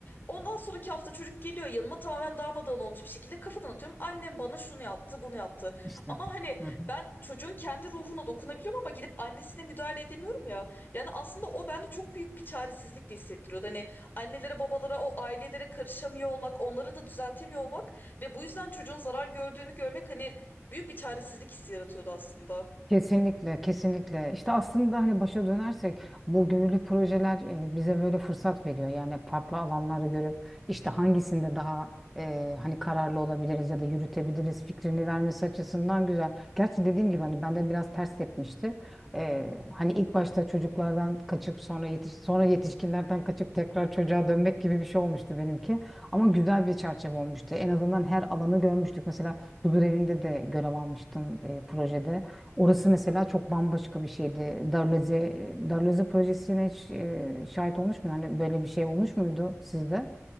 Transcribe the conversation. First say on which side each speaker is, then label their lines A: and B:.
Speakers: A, on the left; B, in the centre.
A: Ondan sonraki hafta çocuk geliyor yanıma tamamen darmadağın olmuş bir şekilde kafadan atıyorum. Annem bana şunu yaptı bunu yaptı.
B: İşte.
A: Ama hani
B: Hı hı.
A: ben çocuğun kendi ruhuna dokunabiliyorum ama gidip annesine müdahale edemiyorum ya. Yani aslında o bende çok büyük bir çaresizlik de hissettiriyordu. Hani annelere babalara o ailelere karışamıyor olmak, onları da düzeltemiyor olmak ve bu yüzden çocuğun zarar gördüğünü görmek hani büyük bir çaresizlik hissi yaratıyordu aslında.
B: Kesinlikle, kesinlikle. İşte aslında hani başa dönersek bu gönüllü projeler e, bize böyle fırsat veriyor. Yani farklı alanları görüp işte hangisinde daha e, hani kararlı olabiliriz ya da yürütebiliriz fikrini vermesi açısından güzel. Gerçi dediğim gibi hani bende biraz ters tepmişti. E, hani ilk başta çocuklardan kaçıp sonra yetiş sonra yetişkinlerden kaçıp tekrar çocuğa dönmek gibi bir şey olmuştu benimki. Ama güzel bir çerçeve olmuştu. En azından her alanı görmüştük. Mesela huzur evinde de görev almıştım e, projede. Orası mesela çok bambaşka bir şeydi. Darleze, Darleze projesine hiç e, şahit olmuş mu? Hani böyle bir şey olmuş muydu sizde?